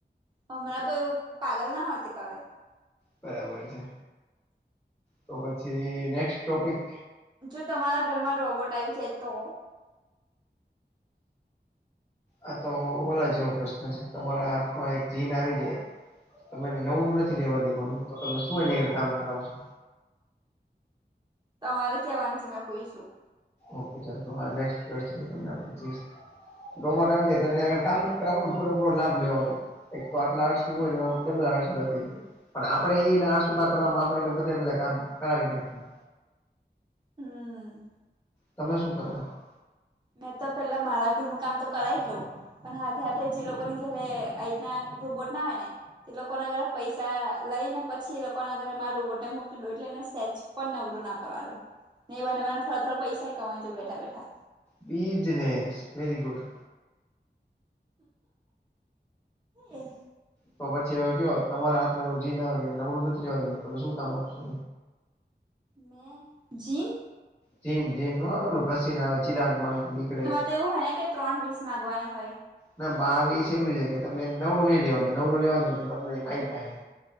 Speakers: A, on the right (about 25°); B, on the left (about 15°).
A: હમણાં કોઈ એવું પાગલ ના હોય તે કલે
B: બરાબર છે તો પછી નેક્સ્ટ ટોપિક
A: જો તમારા ઘરમાં રોબોટ આવી જાય તો?
B: આ તો ઓલા જેવો પ્રશ્ન છે તમારા હાથમાં એક જીન આવી જાય તમેને નવરું નથી રહેેવા દેવાનું તો તમે શું એ કામ કરાવશો?
A: તમારે કેવાનું છે મેં પૂછ્યું.
B: ઓકે ચાલો તમારે નેક્સટ કવેશ્ચન તમને હું પૂછીશ રોબોટ આવી જાય તેને અહીં આગળ કામ જ કરાવવાનું પૂરેપૂરો લાભ લેવાનો. એક તો આટલા આઠ શું હોયને એ બધ બધા આઠ સુધા થઈ ગાય <unintelligible> પણ આપડે એને આસુદા કરવામાં આપણે એને બધા બધા કામ કરાવી નાખીએ.
A: હમ
B: તમે શું કરો <unintelligible>
A: મેં તો પેલા મારા ઘરનું કામ તો કરાવી લઉ પણ હાથે હાથે જે લોકોને ઘરે અહિના રોબોટ ના હોય ને એ લોકો ના ઘરે પૈસા લઈ ને પછી એ લોકો ના ઘરે મારું રોબોટને મોકલી દો એટલે એને સ્ટેચુ પણ નવરું ના પવાનું નહી એબાને થોડા થોડા પૈસા કમાઈ જાવ બેઠા બેઠા
B: બિજનેસ વેરી ગુડ.
A: એ <unintelligible>
B: તો પછી હવે કયો તમારા હાથમાં એવું જીન ના આવે કે નવરુ નથી રેવા દેતું તમે શું કામ આપશો?
A: હમ જીન?
B: જીન જીન ન આવેલું ઘસીને ચિરાગ માં નીકળે <unintelligible>
A: તે એવું હો ને કે ત્રણ વીસ માગવાની હોય.
B: ના બાવીસ એવું છે કે તમે નવરું નહીિ રેવાનું નવરું રેવાનું તમને આ ક <unintelligible>